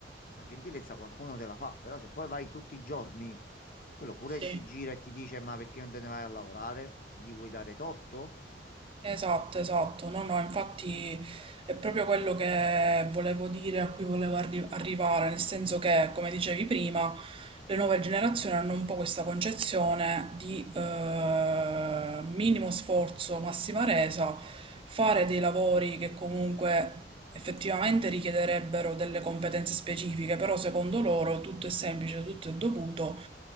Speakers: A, on the left; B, on the right.
A: La gentilezza qualcuno te la fa, però se poi vai tutti i giorni, quello pure
B: Sì.
A: si gira e ti dice, ma perché non te ne vai a lavorare? Gli vuoi dare torto?
B: Esatto, esatto. No, no, infatti È proprio quello che volevo dire, a cui volevo arri- arrivare, nel senso che, come dicevi prima, le nuove generazioni hanno un po' questa concezione di eh, minimo sforzo, massima resa, fare dei lavori che comunque effettivamente richiederebbero delle competenze specifiche, però secondo loro tutto è semplice, tutto è dovuto.